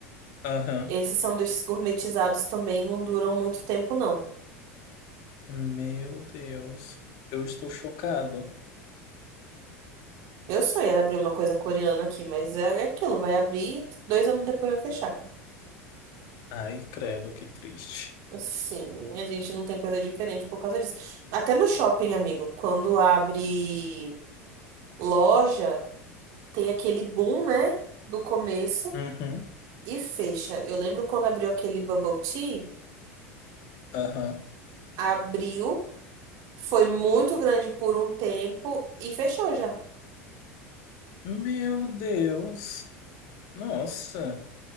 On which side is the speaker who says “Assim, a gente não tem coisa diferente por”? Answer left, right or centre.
Right